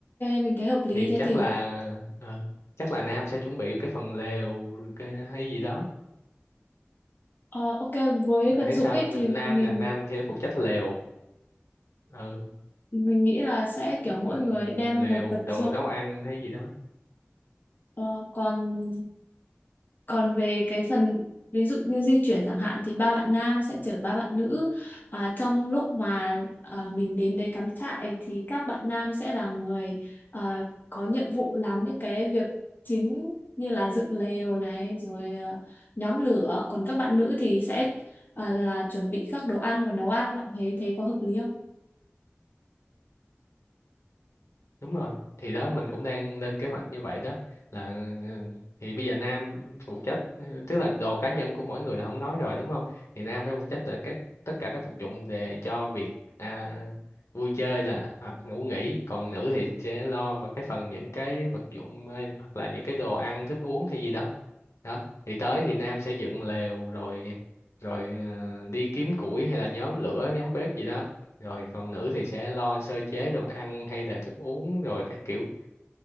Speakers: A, on the left; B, on the left.
A: mình thấy hợp lý
B: thì
A: thế
B: chắc
A: thì
B: là ờ, chắc là nam sẽ chuẩn bị cái phần lều cái hay gì đó
A: ờ, ok với
B: bạn
A: vật
B: thấy
A: dụng
B: sao
A: ấy
B: mình
A: thì
B: nam
A: mình
B: nè nam thì phụ trách lều ừ
A: mình nghĩ là sẽ kiểu mỗi
B: Ừm,
A: người đem
B: lều
A: một vật
B: đồ
A: dụng
B: nấu ăn hay gì đó
A: Ờ, còn Còn về cái phần ví dụ như di chuyển chẳng hạn thì ba bạn nam sẽ chở ba bạn nữ. À, trong lúc mà à, mình đến đấy cắm trại thì các bạn nam sẽ là người à, có nhiệm vụ làm những cái việc chính như là dựng lều này rồi à, nhóm lửa. Còn các bạn nữ thì sẽ à, là chuẩn bị các đồ ăn và nấu ăn. Bạn thấy thế có hợp lý không?
B: đúng rồi thì đó mình cũng đang lên kế hoạch như vậy đó là ừ, thì bây giờ nam phụ trách ừ, tức là đồ cá nhân của mỗi người là không nói rồi đúng không thì nam phải phụ trách là các tất cả các vật dụng để cho việc à, vui chơi là hoặc ngủ nghỉ còn nữ thì sẽ lo vào cái phần những cái vật dụng ờ, hoặc là những cái đồ ăn thức uống hay gì đó đó thì tới thì Nam sẽ dựng lều rồi rồi ờ, đi kiếm củi hay là nhóm lửa nhóm bếp gì đó rồi còn nữ thì sẽ lo sơ chế đồ ăn hay là thức uống rồi các kiểu